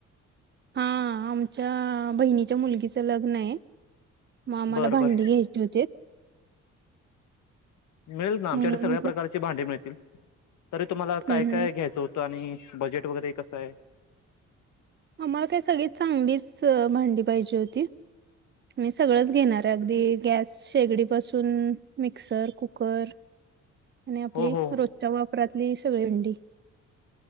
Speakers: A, on the right; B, on the left.
A: हा आमच्या बहिणीच्या मुलगीच लग्न आहे. मग आम्हाला
B: बरं
A: भांडी
B: बरं
A: घ्यायची होतीत.
B: मिळेलच ना आमच्याकडे
A: म्हणून
B: सगळ्या
A: म्हटलं
B: प्रकारची भांडी मिळतील. तरी तुम्हाला
A: हम्म
B: काय
A: हम्म.
B: काय घ्यायचं होतं आणि बजेट वगैरे कसं हाय?
A: आम्हाला काय सगळी चांगलीच भांडी पाहिजे होती. मी सगळंच घेणार आहे. अगदी गॅस शेगडी पासून मिक्सर, कुकर आणि आपली
B: हो हो
A: रोजच्या वापरात <unintelligible> सगळी <unintelligible>